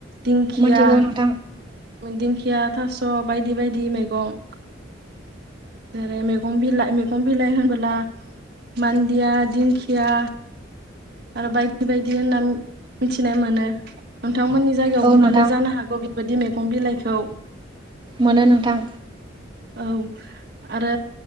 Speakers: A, on the right (about 55°); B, on the right (about 25°).
A: दिंखिया
B: मिथिगौ नोंथां
A: दिंखिया थासब बायदि बायदि मैगं जेरै मैगं बिलाइ मैगं बिलाइ होनबोला मान्दे दिंखिया आरो बायदि बायदि होनना मिथिनाय मोनो नोंथांमोननि जायगायावबो
B: औ नोंथां
A: मोनो जानो हागौ। बेबायदि मैगं बिलाइखौ।
B: मोनो नोंथां।
A: औ आरो